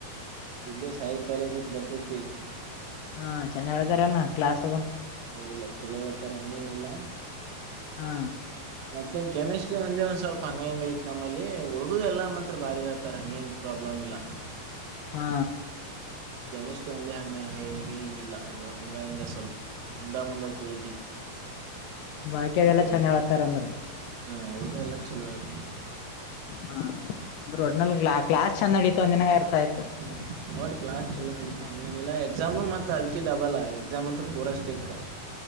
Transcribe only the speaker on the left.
ಹಾ ಚನಗಿದರೆನ ಕ್ಲಾಸ್
ಹಾ
ಹಾ
ಬಾಕಿ ಅದೆಲ್ಲ ಚನ್ನ ಹೇಳ್ತಾರ ಅಂದ್ರ
ಹಾ ಅಂದ್ರೆ ಒಟ್ನಲ್ಲಿ ಕ್ಲಾಸ್ ಚಂದ <unintelligible> ಅಡತ ಒಂದ ದಿನ ಇರ್ತಾಯ್ತು